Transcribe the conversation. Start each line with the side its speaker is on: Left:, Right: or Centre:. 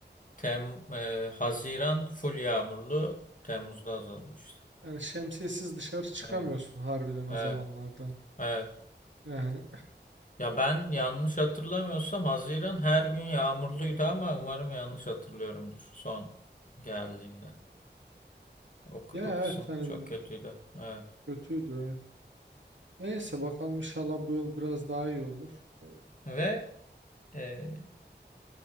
Left: tem, e, Haziran full yağmurlu, Temmuz'da azalıyor işte.
Right: yani şemsiyesiz dışarı çıkamıyorsun
Left: Evet,
Right: harbiden o
Left: evet,
Right: zamanlarda.
Left: evet.
Right: Yani
Left: Ya ben yanlış hatırlamıyorsam Haziran her gün yağmurluydu ama umarım yanlış hatırlıyorumdur son geldiğimde. O,
Right: ya
Left: o kısım
Right: evet hani
Left: çok kötüydü. Evet.
Right: kötüydü evet. Neyse bakalım inşallah bu yıl biraz daha iyi olur. Ee,
Left: Ve e,